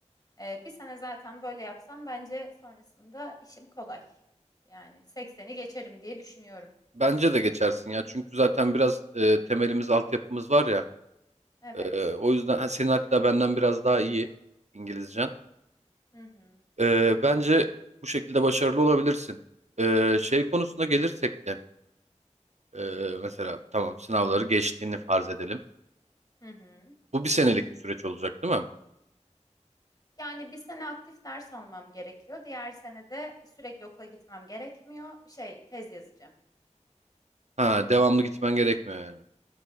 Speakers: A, on the left (about 30°); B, on the right (about 65°).
A: Ee, bir sene zaten böyle yapsam bence sonrasında işim kolay. Yani sekseni geçerim diye düşünüyorum.
B: Bence de geçersin ya çünkü zaten biraz e, temelimiz, altyapımız var ya.
A: Evet.
B: Ee, o yüzden ha, senin hatta benden biraz daha iyi İngilizcen.
A: Hı hı.
B: Ee, bence bu şekilde başarılı olabilirsin. Ee, şey konusuna gelirsek de e, mesela tamam sınavları geçtiğini farz edelim.
A: Hı hı.
B: Bu bir senelik bir süreç olacak değil mi?
A: Yani bir sene aktif ders almam gerekiyor. Diğer sene de sürekli okula gitmem gerekmiyor. Şey, tez yazacağım.
B: Ha, devamlı gitmen gerekmiyor yani.